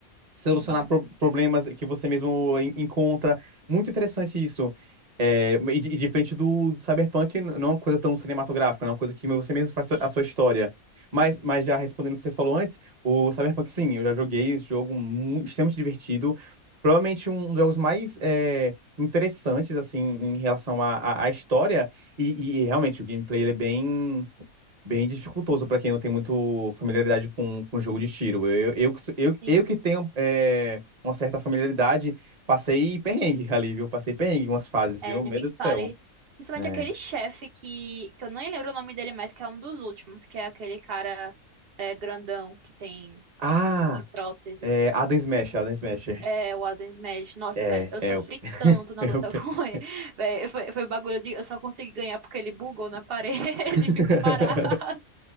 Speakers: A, on the right (about 35°); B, on the right (about 70°).
A: solucionar
B: Uhum.
A: pro- problemas que você mesmo en- encontra. Muito interessante isso. É, e, di- e diferente do, do Cyberpunk, n- não é uma coisa tão cinematográfica, não é uma coisa que você mesmo faz
B: Sim,
A: a sua história. Mas, mas já respondendo o que você falou antes, o Cyberpunk, sim, eu já joguei esse jogo mu- extremamente divertido. Provavelmente um dos jogos mais é, interessantes, assim, em relação à à- à história. E, e- e realmente o gameplay ele é bem bem dificultoso pra quem não tem muito familiaridade com, com jogo de tiro. Eu, eu, que- eu,
B: sim.
A: eu que tenho é, uma certa familiaridade, passei perrengue ali, viu? Passei perrengue em umas fases, viu?
B: É, nem
A: Meu
B: me
A: Deus do céu.
B: fale. Principalmente
A: É.
B: aquele chefe que, que eu nem lembro o nome dele mais, que é um dos últimos, que é aquele cara é, grandão que tem
A: Ah,
B: um monte de prótese.
A: é, Adam Smash, Adam Smash.
B: É, o Adam Smash. Nossa,
A: É,
B: velho, eu
A: é,
B: sofri
A: eu,
B: tanto na
A: eu...
B: luta
A: <laughs>
B: <laughs> com ele. Véi, foi, foi bagulho de. Eu só consegui ganhar porque ele bugou na parede <laughs>
A: <laughs>
B: e ficou parado.